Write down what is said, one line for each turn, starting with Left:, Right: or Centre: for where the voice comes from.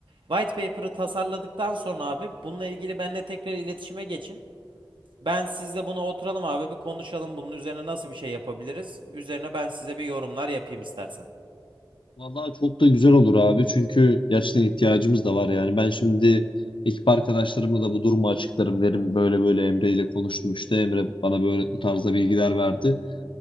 Right: White paper'ı tasarladıktan sonra abi bununla ilgili benimle tekrar iletişime geçin. Ben sizle bunu oturalım abi bir konuşalım bunun üzerine nasıl bir şey yapabiliriz. Üzerine ben size bir yorumlar yapayım istersen.
Left: Vallahi çok da güzel olur abi çünkü gerçekten ihtiyacımız da var yani. Ben şimdi ekip arkadaşlarıma da bu durumu açıklarım derim. Böyle böyle Emre ile konuştum işte Emre bana böyle bu tarzda bilgiler verdi.